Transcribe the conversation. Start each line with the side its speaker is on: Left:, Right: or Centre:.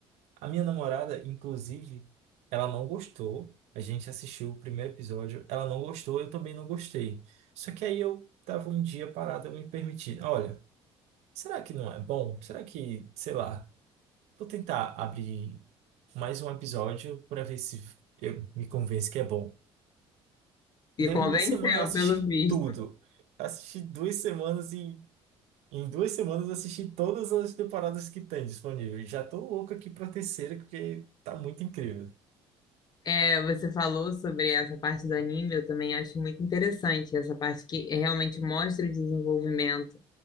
Right: A minha namorada, inclusive, ela não gostou. A gente assistiu o primeiro episódio, ela não gostou, eu também não gostei. Só que aí eu tava um dia parado, eu me permiti. Olha, será que não é bom? Será que, sei lá, vou tentar abrir mais um episódio para ver se eu me convenço que é bom.
Left: E
Right: Deu
Left: convenceu,
Right: uma semana eu assisti
Left: pelo visto.
Right: tudo. Assisti duas semanas e em duas semanas eu assisti todas as temporadas que tem disponível. Já tô louco aqui pra terceira porque tá muito incrível.
Left: É, você falou sobre essa parte do anime, eu também acho muito interessante essa parte que realmente mostra o desenvolvimento,